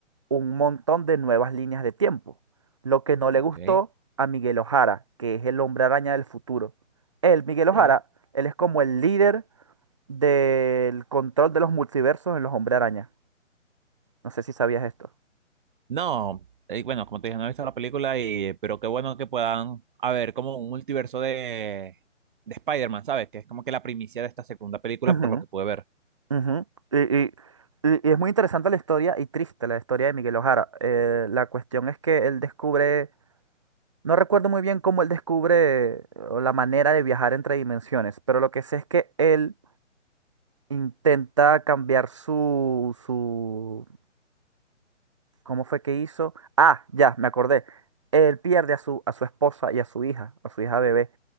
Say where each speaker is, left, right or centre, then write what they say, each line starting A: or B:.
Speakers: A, on the right; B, on the right.
A: un montón de nuevas líneas de tiempo. Lo que no
B: Ok,
A: le gustó a Miguel O'Hara, que es el hombre araña del futuro. Él, Miguel
B: ok.
A: O'Hara, él es como el líder del control de los multiversos en los Hombre Araña. No sé si sabías esto.
B: No, eh, bueno, como te dije, no he visto la película y, pero qué bueno que puedan haber como un multiverso de, de Spider-Man, ¿sabes? Que es como que la primicia de esta segunda película
A: Ujú,
B: por lo que pude ver.
A: ujú. Y, y- y- y es muy interesante la historia y triste la historia de Miguel O'Hara. Eh, la cuestión es que él descubre, no recuerdo muy bien cómo él descubre eh, o la manera de viajar entre dimensiones, pero lo que sé es que él intenta cambiar su, su, ¿cómo fue que hizo? Ah, ya, me acordé. Él pierde a su, a su esposa y a su hija, a su hija bebé.